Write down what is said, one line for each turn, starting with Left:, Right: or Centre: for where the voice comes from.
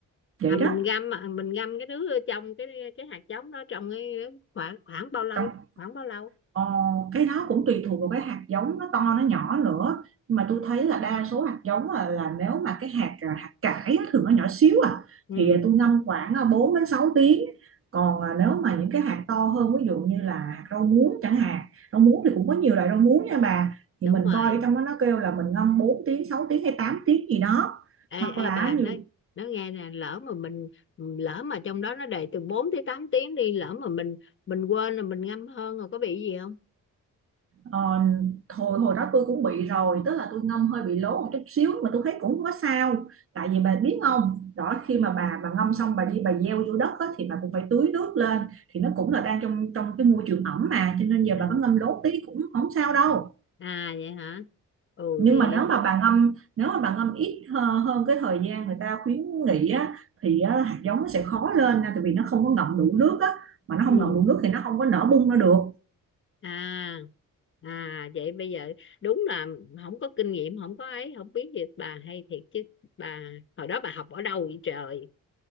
Right: vậy
Left: à mình
Right: đó
Left: ngâm à, mình ngâm cái đứa trong cái cái hạt giống đó trong cái khoảng khoảng bao lâu
Right: trong
Left: khoảng bao lâu
Right: Ờ, cái đó cũng tùy thuộc vào cái hạt giống nó to nó nhỏ nữa nhưng mà tôi thấy là đa số hạt giống là, là nếu mà cái hạt à, hạt cải á, thường nó nhỏ xíu à
Left: ừ
Right: thì à, tôi ngâm khoảng à, 4 đến 6 tiếng còn à, nếu mà những cái hạt to hơn ví dụ như là hạt rau muống chẳng hạn rau muống thì cũng có nhiều loại rau muống nha bà thì
Left: đúng
Right: mình
Left: rồi
Right: coi ở trong đó nó kêu là mình ngâm 4 tiếng 6 tiếng hay 8 tiếng gì đó
Left: ê
Right: hoặc
Left: ê
Right: là
Left: bà nói
Right: nhiều
Left: nó nghe nè lỡ mà mình lỡ mà trong đó nó để từ 4 tới 8 tiếng đi lỡ mà mình mình quên là mình ngâm hơn rồi có bị gì không
Right: Ờ, hồi hồi đó tôi cũng bị rồi tức là tôi ngâm hơi bị lố một chút xíu mà tôi thấy cũng không có sao tại vì bà biết không đó khi mà bà bà ngâm xong bà đi bà gieo vô đất á, thì bà cũng phải tưới nước lên thì nó cũng là đang trong trong cái môi trường ẩm mà cho nên giờ
Left: à,
Right: bà có ngâm lố tí cũng không sao đâu
Left: à vậy hả ừ
Right: nhưng
Left: vậy
Right: mà nếu mà bà ngâm nếu mà bà ngâm ít hơ- hơn cái thời gian người ta khuyến nghị á thì á, hạt giống nó sẽ khó lên nha, tại vì nó không có ngậm đủ nước á mà nó không
Left: ừ
Right: ngậm đủ nước thì nó không có nở bung ra được
Left: à à vậy bây giờ đúng là không có kinh nghiệm không có ấy không biết gì bà hay thiệt chứ bà hồi đó bà học ở đâu vậy trời